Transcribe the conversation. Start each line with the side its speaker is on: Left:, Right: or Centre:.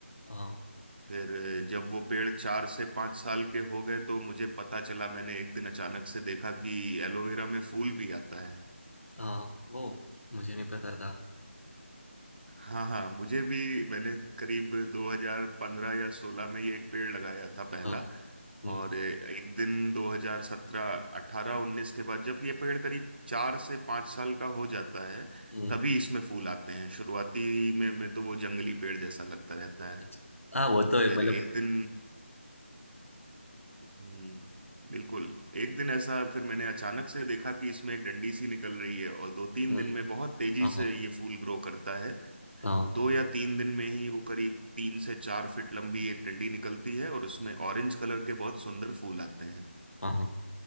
Left: हाँ
Right: फिर जब वो पेड़ चार से पांच साल के हो गए तो मुझे पता चला मैंने एक दिन अचानक से देखा कि एलोवेरा में फूल भी आता है
Left: हाँ वो मुझे नहीं पता था
Right: हाँ हाँ मुझे भी मैंने करीब 2015 या 16 में ये एक पेड़ लगाया था पहला
Left: हाँ हम्म
Right: और एक दिन 2017 18 19 के बाद जब ये पेड़ करीब चार से पाँच साल का हो जाता है
Left: हम्म,
Right: तभी इसमें फूल आते हैं शुरुआती में में तो वो जंगली पेड़ जैसा लगता रहता है
Left: अच्छा हाँ वो तो है
Right: फिर
Left: मतलब
Right: एक दिन हम्म, बिल्कुल एक दिन ऐसा फिर मैंने अचानक से देखा कि इसमें एक डंडी सी निकल रही है और दो तीन
Left: हम्म।
Right: दिन में बहुत तेजी
Left: हाँ
Right: से
Left: हाँ
Right: ये फूल ग्रो करता है
Left: हाँ
Right: दो या तीन दिन में ही वो करीब तीन से चार फीट लंबी एक डंडी निकलती है और उसमें
Left: हम्म,
Right: ऑरेंज कलर के बहुत सुंदर फूल आते हैं
Left: हाँ हाँ